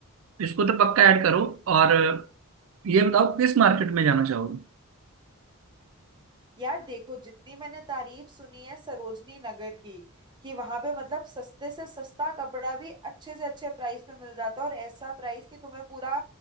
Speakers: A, on the right; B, on the right.
A: इसको तो पक्का ऐड करो और अ, ये बताओ किस मार्केट में जाना चाहोगे
B: यार देखो जितनी मैंने तारीफ सुनी है सरोजनी नगर की कि वहां पे मतलब सस्ते से सस्ता कपड़ा भी अच्छे से अच्छे प्राइस पे मिल जाता है और ऐसा प्राइस कि तुम्हें पूरा